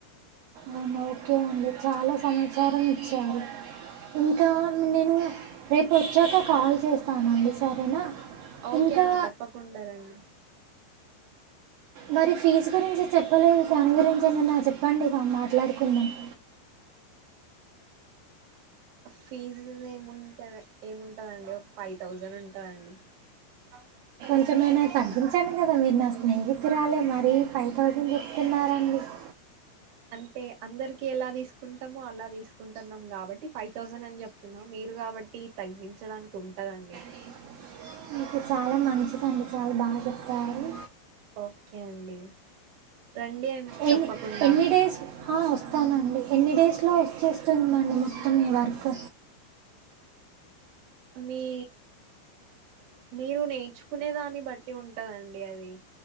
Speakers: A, on the right; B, on the right.
A: అవునా ఓకే అండి చాలా సమాచారం ఇచ్చారు. ఇంకా నేను రేపు వచ్చాక కాల్ చేస్తానండి సరేనా.
B: ఓకే
A: ఇంకా
B: అండి తప్పకుండా రండి
A: మరి ఫీజు గురించి చెప్పలేదు దాని గురించి ఏమన్నా చెప్పండి ఇక మాట్లాడుకుందాం. <inaudible>
B: ఆహ్ ఫీజు ఏముంట ఏముంటుందండి ఒక ఫైవ్ థౌజండ్ ఉంటుందండి. <unintelligible>
A: కొంచెమైనా తగ్గించండి కదా మీరు నా స్నేహితురాలే మరీ ఫైవ్ థౌసండ్ చెప్తున్నారండి <inaudible>
B: అంటే అందరికి ఎలా తీసుకుంటామో అలా తీసుకుంటున్నాం కాబట్టి ఫైవ్ థౌసండ్ అని చెప్తున్నా మ తీరు కాబట్టి తగ్గించడానికి ఉంటదండి
A: <unintelligible> ఇకు చాలా మంచిదండి చాలా బాగా చెప్తారు
B: ఓకే అండి రండి అండి
A: ఎన్ని
B: తప్పకుండా
A: ఎన్ని డేస్ వస్తానండి ఎన్ని డేస్లో వచ్చేస్తుందండి మా తమి వర్క్
B: మీ మీరు న నచ్చుకునే దాన్ని బట్టి ఉంటందిండి అది